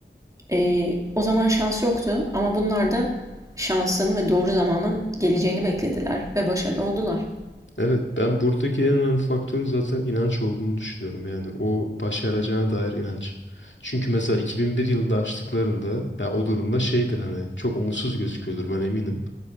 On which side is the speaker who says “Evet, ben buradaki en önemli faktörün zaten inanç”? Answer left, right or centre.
Left